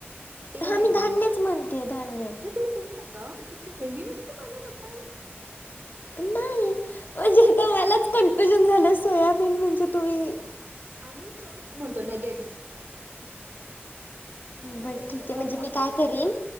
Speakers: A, on the right; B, on the left.
A: ते
B: हा
A: नाय
B: मी धान्यच
A: ना?
B: म्हणते धान्य
A: जे तुम्ही ते खा ता ते हेवी नसतं का ग पचायला?
B: नाय म्हणजे आता मलाच कन्फ्युजन झालं सोयाबीन म्हणजे तुम्ही
A: आम्ही चॉक्स म्हणतो नगेच
B: बरं
A: ते असं
B: ठीक आहे
A: मोठं
B: म्हणजे मी
A: असतं
B: काय
A: ना
B: करीन
A: गरम